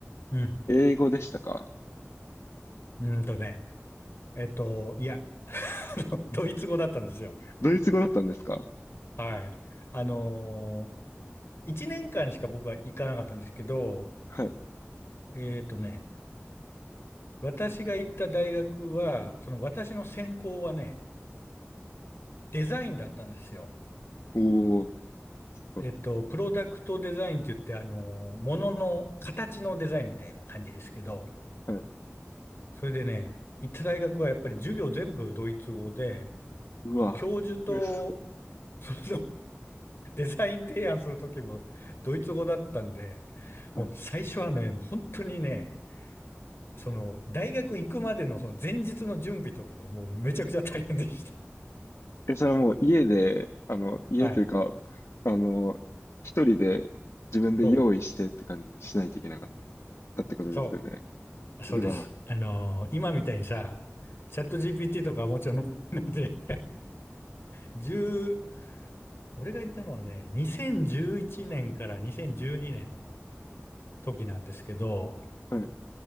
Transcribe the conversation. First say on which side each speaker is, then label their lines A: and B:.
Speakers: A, on the left (about 55°); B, on the left (about 75°).
A: うん、
B: 英語でしたか
A: うんとね、えっと、いや、<laughs> ドイツ語だったんですよ。
B: ドイツ語だったんですか
A: はい。あのー一年間しか僕は行かなかったんですけど、
B: はい。
A: えっとね、私が行った大学は、その私の専攻はね、デザインだったんですよ。
B: おー、すごい。
A: えっと、プロダクトデザインって言って、あのー、ものの形のデザインみたいな感じですけど、
B: はい。
A: それでね、行った大学はやっぱり授業全部ドイツ語で、
B: うわ、
A: 教授と
B: <laughs> えすごい
A: その <laughs> デザイン提案するときもドイツ語だったんで、もう最初はね、
B: <laughs> はい
A: もう本当にね、その大学行くまでのその前日の準備とかがもうめちゃくちゃ大変でした。
B: え、それはもう家で、あの、家というか、
A: はい。
B: あの、一人で自分で用意してって感じしないといけなかっ
A: そ
B: たってことですよね。
A: う、そう、そうです。
B: うわ、
A: あのー今みたいにさ、チャット GPT とかはもちろんないので、<laughs> 十俺が行ったのはね、2011年から2012年の時なんですけど、
B: はい。